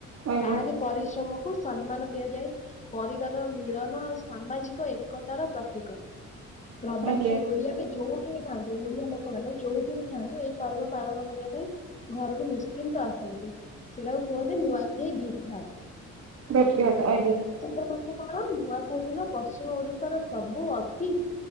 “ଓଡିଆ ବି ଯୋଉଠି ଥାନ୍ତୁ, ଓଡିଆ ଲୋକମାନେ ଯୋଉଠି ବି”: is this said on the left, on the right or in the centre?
Left